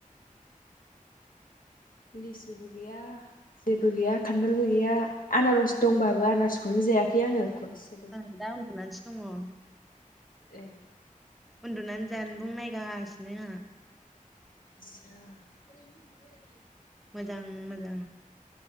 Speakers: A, on the left; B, in the centre.
A: लिसुबो गैया जेबो गैया खान्थालबो गैया आनारस दंबाबो आनारस बेखौनो जायाखै आङो खनसेबो
B: आं दा उन्दुनानैसो दङ
A: ए
B: उन्दुनानै जानबुंनायगासिनो आंहा
A: आदसा
B: मोजां मोजां